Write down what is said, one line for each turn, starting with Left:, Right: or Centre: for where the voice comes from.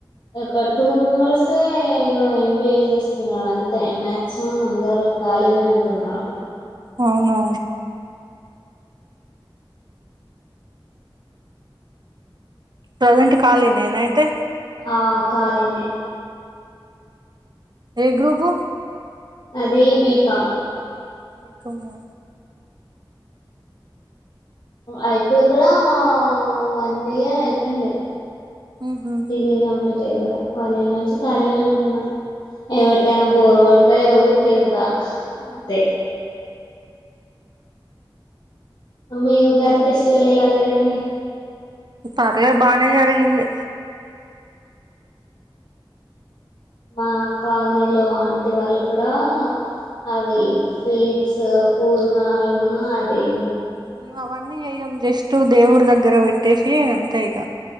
Left: ఒక టూ మెంబర్సే ఏదో ఎంబిఏ చేస్తున్నారు అంతే మ్యాక్సిమం అందరు ఖాళీనే ఉంటున్నారు
Right: అవునా ప్రెజెంట్ ఖాళి నేనైతే
Left: ఆ కాలినే
Right: ఏ గ్రూపు
Left: నాదీ బీగం
Right: బికమ్మా
Left: అయిపోయి కూడా వన్ ఇయర్ అయిపోయింది
Right: ఊహూ
Left: డిగ్రీ కంప్లీట్ అయికూడా వన్ ఇయర్ నుంచి ఖాళీనే ఉంటున్నా ఎవిటైనా బోరు కొడతే ఊరికి వెళ్తా అంతే అమ్మ ఇ ఉగాది ఫెస్టివల్ ఎలా జరిగింది
Right: పర్లే బానే జరిగింది
Left: మా కాలనీలో ఆంటి వాళ్ళు కూడా అవి స్వీట్స్ పూర్ణాలను అడి
Right: మేము అవన్నీ చెయ్యం జెస్ట్ దేవుడి దగ్గర పెట్ పెట్టేసి అంతే ఇక